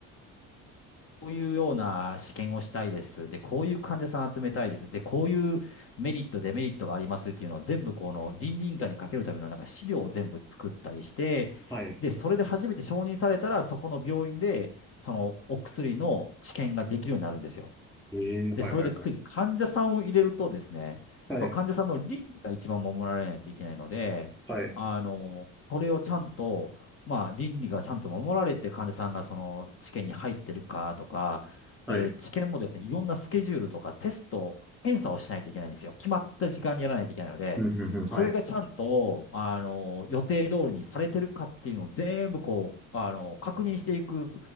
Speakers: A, on the left; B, in the centre.
A: こういうような試験をしたいです。で、こういう患者さん集めたいです。で、こういうメリット、デメリットがありますっていうのを全部この倫理委員会にかけるためのなんか資料を全部作ったりして、
B: はい。
A: で、それで初めて承認されたら、そこの病院で、そのお薬の治験ができるようになるんですよ。
B: ええはいはいはい。
A: で、それで次、患者さんを入れるとですね、
B: はい。
A: やっぱ患者さんの倫理が一番守られないといけないので、
B: はい。
A: あの、それをちゃんと、まあ、倫理がちゃんと守られて、患者さんがその治験に入ってるかとか、
B: はい。
A: で、治験もですね、いろんなスケジュールとかテスト、検査をしないといけないんですよ。決まった時間にやらないといけないので、
B: うん、うん、うん。
A: それがちゃんと、
B: はい。
A: あの、予定通りにされてるかっていうのを全部こう、あの、確認していく